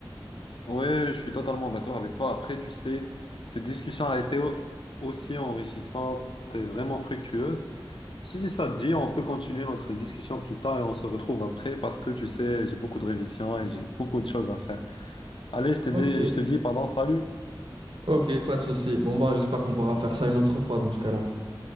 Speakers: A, on the left (about 80°); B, on the right (about 75°).
A: hein. Ouais, je suis totalement d'accord avec toi. Après, tu sais, cette discussion a été au- aussi enrichissante et vraiment fructueuse. Si ça te dit, on peut continuer notre discussion plus tard et on se retrouve après parce que tu sais, j'ai beaucoup de révisions et j'ai beaucoup de choses à faire. Allez, je te dis,
B: Ok.
A: je te dis, pardon, salut.
B: Ok, pas de souci. Bon, bah, j'espère qu'on pourra faire ça une autre fois dans ce cas-là.